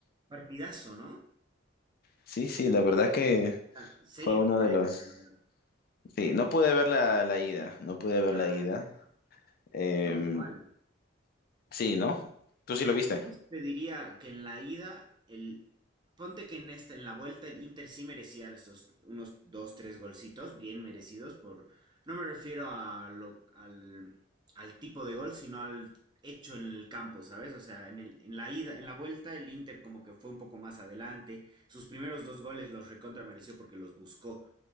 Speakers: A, on the right; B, on the left.
A: Partidazo, ¿no?
B: Sí, sí, la verdad que
A: Ah, Serie
B: fue uno
A: completa
B: de los,
A: en realidad.
B: Sí, no pude ver la, la ida, no pude ver
A: Ah,
B: la ida.
A: ya.
B: Em,
A: No, igual.
B: sí, ¿no? ¿Tú sí lo viste?
A: Incluso te diría que en la ida, el, ponte que en esta, en la vuelta el Inter sí merecía estos unos dos, tres golcitos bien merecidos por, no me refiero a lo, al, al tipo de gol, sino al hecho en el campo, ¿sabes? O sea, en el, en la ida, en la vuelta el Inter como que fue un poco más adelante, sus primeros dos goles los recontra mereció porque los buscó,